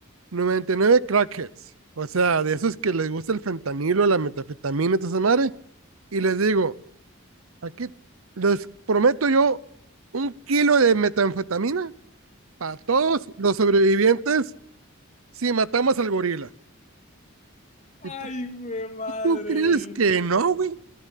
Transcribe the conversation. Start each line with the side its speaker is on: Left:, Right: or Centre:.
Right: 99 crackheads, o sea, de esos que les gusta el fentanilo, la metafetamina y toda esa madre, y les digo, aquí les prometo yo un kilo de metanfetamina para todos los sobrevivientes si matamos al gorila.
Left: Ay,
Right: ¿Y tú,
Left: güey, madre.
Right: y tú crees que no, güey?